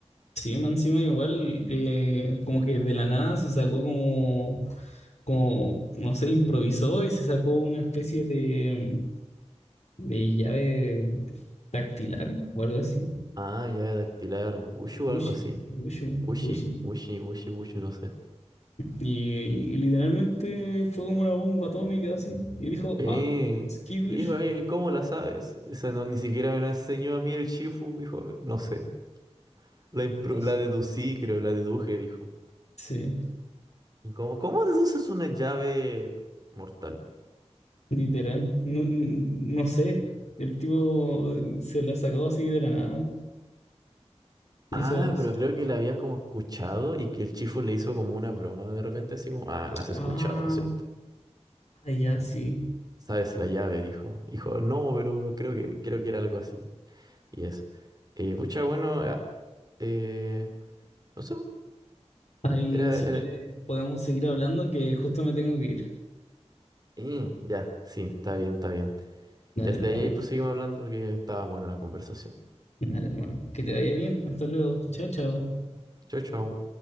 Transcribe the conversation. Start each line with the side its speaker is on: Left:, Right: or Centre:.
Left: sí, más encima igual, eh, como que de la nada se sacó como, como, no sé, improvisó y se sacó una especie de, de llave dactilar o algo así.
Right: Ah, llave dactilar, Wushu
Left: Gucci,
Right: o algo así.
Left: Gucci,
Right: Wushi,
Left: Gucci.
Right: Wushi, Wushi, Wushu, no sé.
Left: Y, y literalmente fue como una bomba atómica así. Y dijo,
Right: Eh,
Left: ah, skidush
Right: hijo, eh, ¿cómo la sabes? O sea, no, ni siquiera me la enseñó a mí el Shifu, hijo, no sé. La, impro-
Left: No
Right: la
Left: sé.
Right: deducí, creo, la deduje, dijo.
Left: Sí.
Right: ¿Y cómo, cómo deduces una llave mortal?
Left: Literal, no, no- no sé. El tipo se la sacó así de la nada. Hizo
Right: Ah,
Left: skin.
Right: pero creo que la había como escuchado y que el chifu le hizo como una broma de repente, así como, ah, la has escuchado,
Left: Ah,
Right: ¿cierto?
Left: ya sí.
Right: Sabes la llave, dijo. Dijo, no, pero creo que, creo que era algo así. Y eso. Eh, pucha, bueno, eh, eh, no sé, po.
Left: Ahí,
Right: era,
Left: si
Right: era,
Left: quieres, podemos seguir hablando que justo me tengo que ir.
Right: eh, ya, sí, está bien, está bien.
Left: Dale,
Right: Ya desde
Left: hermano.
Right: ahí, ahí pues seguimos hablando que estaba buena la conversación.
Left: Dale, hermano. Que te vaya bien. Hasta luego. Chao, chao.
Right: Chau, chau.